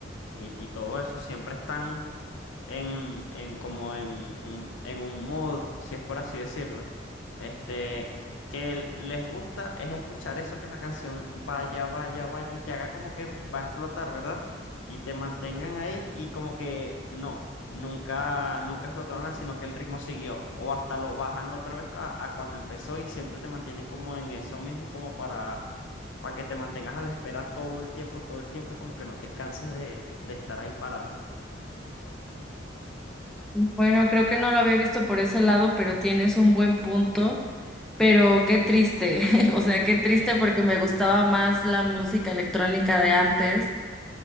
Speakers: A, on the left (about 80°); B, in the centre.
A: y, y todo eso, siempre están en, en como en un, en un mood, si es por así decirlo, este, que l- les gusta es escuchar eso, que la canción vaya, vaya, vaya y te haga como que va a explotar, ¿verdad? Y te mantengan ahí y como que no, nunca, nunca explotó nada, sino que el ritmo siguió o hasta lo bajan otra vez a, a cuando empezó y siempre te mantienen como en eso mismo, como para... Para que te mantengas a la espera todo el tiempo, todo el tiempo y como que no te canses de, de estar ahí parado.
B: Bueno, creo que no lo había visto por ese lado, pero tienes un buen punto, pero qué triste, <laughs> o sea, qué triste
A: Sí.
B: porque me gustaba más la música electrónica de antes